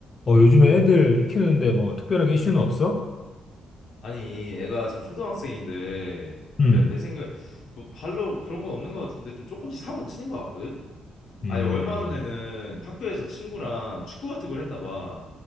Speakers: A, on the left; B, on the left.
A: 어, 요즘에 애들 키우는데 뭐 특별하게 이슈는 없어?
B: 아니, 애가 지금 초등학생인데,
A: 음,
B: 약간 내 생각에, 뭐 발로 그런 건 없는 것 같은데, 좀 조금씩 사고를 치는 것 같거든?
A: 음,
B: 아니, 얼마 전에는 학교에서 친구랑 축구 같은 걸 했나 봐.